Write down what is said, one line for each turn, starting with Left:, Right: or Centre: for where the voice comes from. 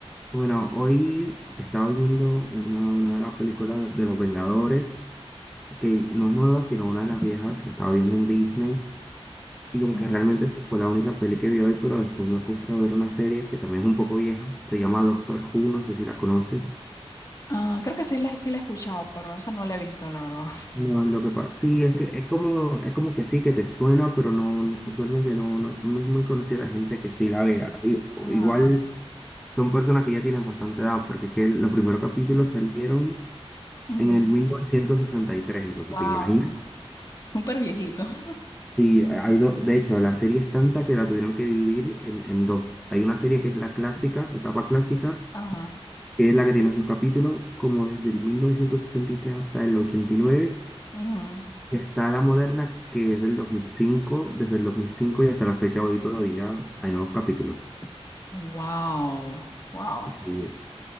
Centre: Bueno, hoy
Left: No.
Centre: estaba viendo una, una de las películas de Los Vengadores, que no es nueva, sino una de las viejas. La estaba viendo en Disney. Y como
Left: Mm,
Centre: que realmente esa fue la única peli que vi hoy, pero después me puse a ver una serie que también es un poco vieja. Se llama Doctor Who, no sé si la conoces.
Left: ah, creo que sí la, sí la he escuchado, pero esa no la he visto, la verdad.
Centre: No, lo que pasa, sí, es que es como, es como que sí, que te suena, pero no, usualmente no, no, no es muy conocida la gente que sí la vea. I-
Left: Ah,
Centre: igual
Left: <laughs>
Centre: son personas que ya tienen bastante edad, porque es que los primeros capítulos salieron
Left: ujú.
Centre: en el 1963, entonces
Left: Wow,
Centre: te imaginas.
Left: súper viejito. <laughs>
Centre: Sí, hay do- de hecho, la serie es tanta que la tuvieron que dividir en, en dos. Hay una serie que es la clásica, etapa clásica,
Left: Ajá.
Centre: que es la que tiene sus capítulos como desde el 1963 hasta el 89.
Left: ujú.
Centre: Está la moderna que es del 2005, desde el 2005 y hasta la fecha hoy todavía hay nuevos capítulos.
Left: Wow, wow.
Centre: Sí,